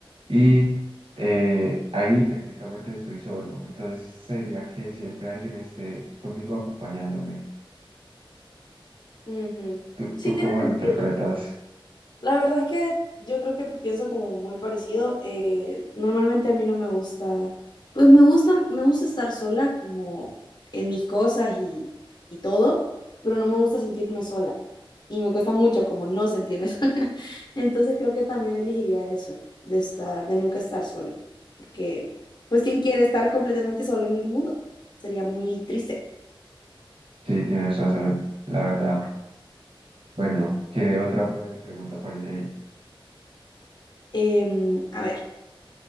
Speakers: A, on the right (about 75°); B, on the left (about 50°).
A: Y eh, ahí técnicamente estoy solo. Entonces sería que siempre alguien esté conmigo acompañándome.
B: Ujú.
A: ¿Tú,
B: Sí,
A: tú
B: tiene
A: cómo
B: sentido.
A: lo interpretas?
B: La verdad es que yo creo que pienso como muy parecido. eh, normalmente a mí no me gusta, pues me gusta, me gusta estar sola como en mis cosas y, y todo, pero no me gusta sentirme sola. Y me cuesta mucho como no sentirme <laughs> sola. Entonces creo que también elegiría eso, de estar, de nunca estar solo, porque pues ¿quién quiere estar completamente solo en el mundo? Sería muy triste.
A: Sí, tienes razón, la verdad. Bueno, ¿qué otra puede- pregunta aparece ahí?
B: Em, a ver,